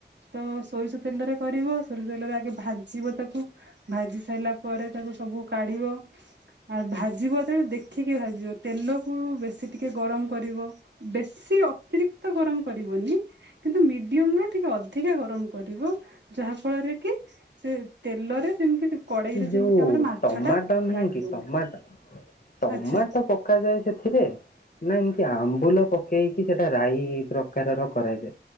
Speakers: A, on the right (about 75°); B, on the left (about 55°).
A: ତ ସୋରିଷ ତେଲରେ କରିବ। ସୋରିଷ ତେଲରେ ଆଗେ ଭାଜିବ ତାକୁ, ଭାଜି ସାରିଲା ପରେ, ତାକୁ ସବୁ କାଢିବ। ଆ ଭାଜିବ ଯେତେବେଳେ ଦେଖିକି ଭାଜିବ, ତେଲକୁ ବେଶୀ ଟିକେ ଗରମ କରିବ। ବେଶୀ ଅତିରିକ୍ତ ଗରମ କରିବନି, କିନ୍ତୁ ମିଡିୟମରେ ଟିକେ ଅଧିକା ଗରମ କରିବ। ଯାହା ଫଳରେ କି ସେ ତେଲରେ ଯେମିତି କଡେଇରେ
B: ଏ ଯୋଉ
A: ଯେମିତି ଆମର ମାଛ
B: ଟମାଟୋ
A: ଟା
B: ନହିଁ
A: ଲାଗିବନି
B: କି, ଟମାଟୋ ଟମାଟୋ
A: ଆଚ୍ଛା
B: ପକାଯାଏ ସେଥିରେ, ନାାଇ ଏମତି ଆମ୍ବୁଲ ପ ପ କେେଇକି, ସେଇଟା ରାଇ ପ୍ରକାରର କରାଯାଏ।